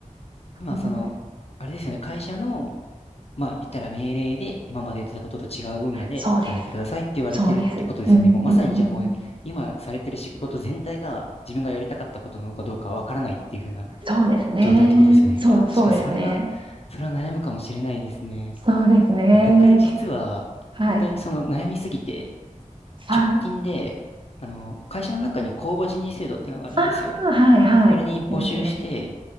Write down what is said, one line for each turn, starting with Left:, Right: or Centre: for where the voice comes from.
Left: 今その、
Right: うん。
Left: あれですよね、会社のまあ言ったら命令で今までやってたことと違う分野で働いてくださいって言われてるってことですよね。
Right: そうです。そうです。うん、うんうんうん。
Left: もうまさにじゃあもう今されてる仕事全体が自分がやりたかったことなのかどうかわからないっていう風な
Right: そうですね。
Left: 状態ってことですよね。
Right: そう、
Left: うわ、
Right: そうですね。
Left: 確かにそれは、それは悩むかもしれないですね。
Right: そうですね。
Left: で僕実は本当にその悩みすぎて
Right: けはい。はい。
Left: 直近であの会社の中に公募人事制度ってのがあるんですよ。
Right: ああ、はいはい。
Left: それに募集して
Right: いますね。